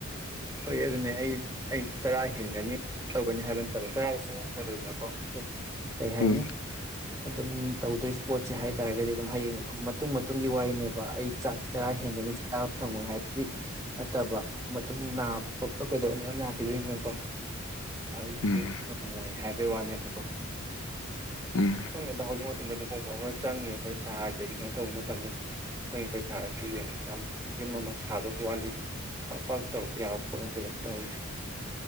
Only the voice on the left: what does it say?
ꯎꯝ
ꯎꯝ
ꯎꯝ